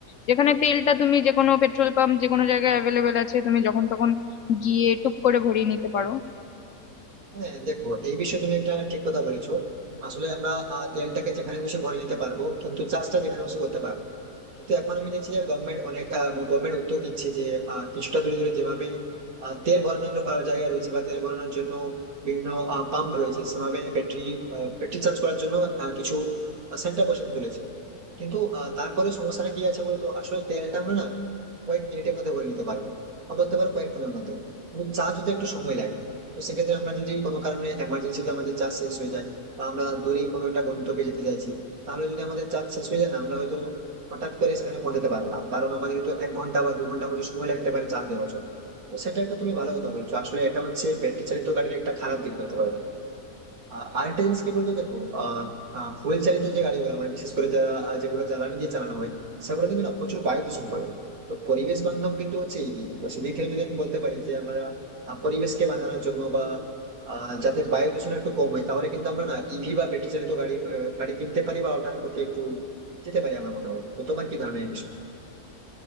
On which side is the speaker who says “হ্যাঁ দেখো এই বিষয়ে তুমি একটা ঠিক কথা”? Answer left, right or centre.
Right